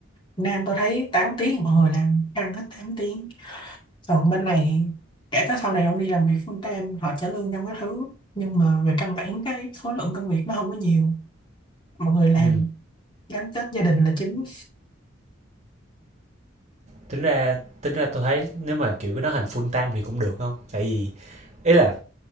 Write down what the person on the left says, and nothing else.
Việt Nam tôi thấy 8 tiếng mọi người làm ăn hết tám tiếng còn bên này kể cả sau này ông đi làm việc full time họ trả lương trong cái thứ nhưng mà về căn bản cái khối lượng công việc nó không có nhiều mọi người làm
gắn kết gia đình là chính